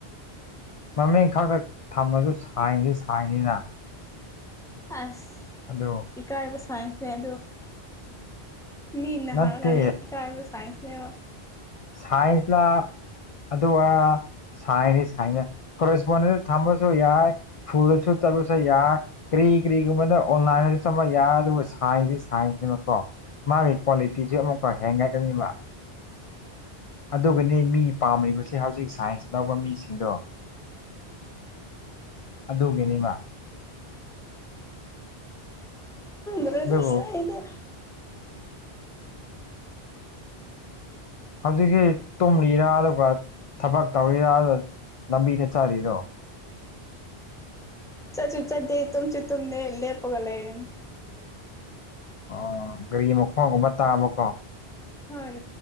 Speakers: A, on the left; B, in the centre.
A: ꯃꯃꯤꯡ ꯈꯥꯛꯇ ꯊꯝꯃꯁꯨ ꯁꯥꯏꯁ ꯁꯥꯏꯅꯤꯅ
B: ꯑꯁ
A: ꯑꯗꯣ
B: ꯏꯀꯥꯏꯕ ꯁꯥꯏꯟꯁꯅꯦ ꯑꯗꯨ ꯃꯤ
A: ꯅꯠꯇꯦ
B: ꯍꯪꯉ ꯀꯥꯟꯗ ꯢꯀꯥꯏꯕ ꯁꯥꯏꯟꯁꯅꯦ
A: ꯁꯥꯏꯟꯁ ꯂꯥ ꯑꯗꯨꯒ ꯁꯥꯏꯅ ꯁꯥꯏꯅ ꯀꯣꯔꯦꯁꯄꯣꯗꯦꯜ ꯊꯝꯃꯥꯁꯨ ꯌꯥꯏ ꯐꯨꯜꯗ ꯆꯠꯇꯕꯁꯨ ꯌꯥꯏ ꯀꯔꯤ ꯀꯔꯤꯒꯨꯝꯕꯗ ꯑꯣꯟꯂꯥꯏꯟꯗꯁꯨ ꯆꯠꯄ ꯌꯥꯢ ꯑꯗꯨꯕꯨ ꯁꯥꯏꯟꯁꯇꯤ ꯁꯥꯏꯟꯁꯅꯦꯕꯀꯣ ꯃꯥꯒꯤ ꯀ꯭ꯋꯥꯂꯤꯇꯤꯁꯤ ꯑꯃꯨꯛꯀ ꯍꯦꯡꯒꯠꯀꯅꯤꯕ ꯑꯗꯨꯒꯤꯅꯤ ꯃꯤ ꯄꯥꯝꯂꯤꯕꯁꯦ ꯍꯧꯖꯤꯛ ꯁꯥꯏꯟꯁ ꯂꯧꯕ ꯃꯤꯁꯤꯡꯗꯣ ꯑꯗꯨꯒꯤꯅꯤꯕ
B: <unintelligible>
A: ꯑꯗꯨꯕꯨ
B: <unintelligible>
A: ꯍꯧꯖꯤꯛꯁꯤ ꯇꯨꯝꯃꯤꯔꯥ ꯑꯗꯨꯒ ꯊꯕꯛ ꯇꯧꯔꯤꯔꯥ ꯂꯝꯕꯤꯗ ꯆꯠꯂꯤꯔꯣ
B: ꯆꯠꯁꯨ ꯆꯠꯇꯦ ꯇꯨꯝꯁꯨ ꯇꯨꯝꯗꯦ ꯂꯦꯞꯄꯒ ꯂꯩꯌꯦ
A: ꯑꯣ ꯒꯥꯔꯤ ꯃꯈꯣꯟꯒꯨꯝꯕ ꯇꯥꯕꯀꯣ
B: ꯍꯣꯏ